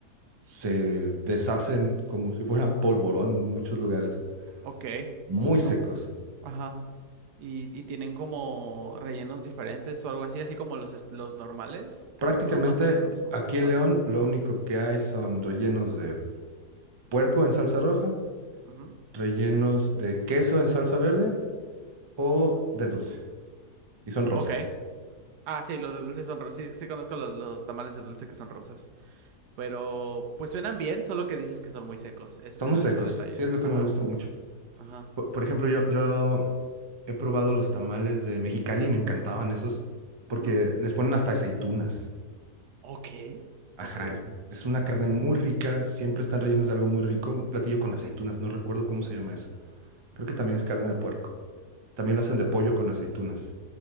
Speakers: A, on the right (about 30°); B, on the right (about 80°).
A: se deshacen como si fueran polvorón en muchos lugares.
B: Ok,
A: Muy secos.
B: o- ajá. ¿Y, y tienen como rellenos diferentes o algo así, así como los, est- los normales?
A: Prácticamente
B: ¿O son más o menos lo mismo?
A: aquí
B: Ajá.
A: en León lo único que hay son rellenos de puerco en salsa roja,
B: ujú,
A: rellenos de queso en salsa verde o de dulce. Y son rosas.
B: Ok. Ah, sí, los de dulce son rosas. Sí, sí conozco los, los tamales de dulce que son rosas. Pero pues suenan bien, solo que dices que son muy secos. Ese
A: Son
B: es el
A: muy
B: único
A: secos.
B: detalle.
A: Sí es lo que
B: Ajá.
A: no me gusta mucho.
B: Ajá.
A: Por, por ejemplo, yo, yo he probado los tamales de Mexicali, me encantaban esos,
B: ujú,
A: porque les ponen hasta aceitunas.
B: Ok.
A: Ajá,
B: Ok.
A: es una
B: Ajá.
A: carne muy rica, siempre están rellenos de algo muy rico, un platillo con aceitunas, no recuerdo cómo se llama eso. Creo
B: ujú,
A: que también es carne de puerco. También lo hacen de pollo con aceitunas,